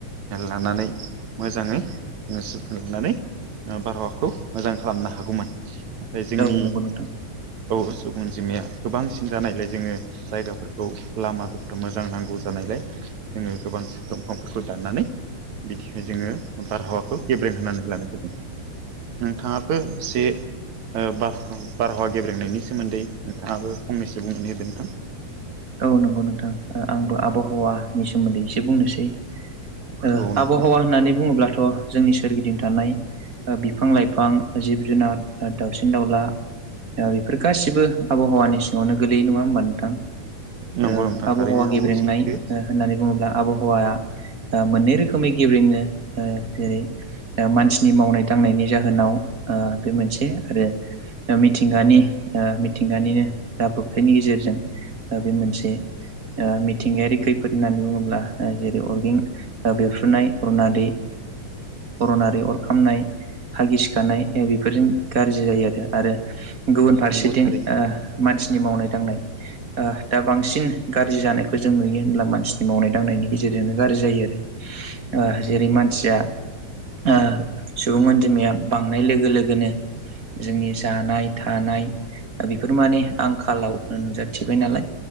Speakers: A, on the right (about 65°); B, on the right (about 35°).
A: लानानै मोजाङै जोङो ओ सुखुन लानानै बारहावाखौ मोजां खालामनो हागौमोन नाथाय जोंनि
B: औ नंगौ नोंथां
A: औ सुबुं अनजिमाया गोबांसिन जानायलाय जोङो जायगाफोरखौ लामा दफा मोजां नांगौ जानायलाय जोङो गोबां दंफांफोरखौ दाननानै बिदिह जोङो बारहावाखौ गेब्रें होननानै लानाय <unintelligible> नोंथाङाबो एसे ओ बारहावा गेब्रेंनायनि सोमोन्दै नोंथाङाबो फंनैसो बुंनानै होदो नोंथां।
B: नं नंगौ नोंथां ओ आंबो आबहावानि सोमोन्दै एसे बुंनोसै। ओ
A: औ
B: आबहावा
A: नोंथां
B: होननानै बुङोब्लाथ' जोंनि सोरगिदिं थानाय बिफां लाइफां जिब जुनार दाउसिन दाउला ओ बेफोर गासिबो आबहावानि सिङावनो गोलैयै नङा होमबा नोंथां।
A: नंगौ
B: ओ
A: नोंथां
B: आबहावा
A: थारैनो
B: गेब्रेंनाय
A: नंगौ सैथो
B: होननानै बुङोब्ला आबहावाया ओ मोननै रोखोमै गेब्रंङो ओ जेरै ओ मानसिनि मावनाय दांनायनि जाहोनाव ओ बे मोनसे आरो मिथिंगानि ओ मिथिंगानिनो जाब्रबथायनि गेजेरजों बे मोनसे ओ मिथिंगायारि खैफोद होननानै बुङोब्ला जेरै अरगें बेफ्रुनाय अरना दै अरनारि अर खामनाय हा गिसिखानाय बेफोरजों गाज्रि जायो आरो आरो गुबुन फारसेथिं
A: नंगौ थारैनो
B: ओ मानसिनि मावनाय दांनाय दा बांसिन गाज्रि जानायखौ जों नुयो होनब्ला मानसिनि मावनाय दांनायनि गेजेरजोंनो गाज्रि जायो। ओ जेरै मानसिया ओ सुबुं अनजिमाया बांनाय लोगो लोगोनो जोंनि जानाय थानाय बेफोर माने आंखालाव नुजाथिबाय नालाय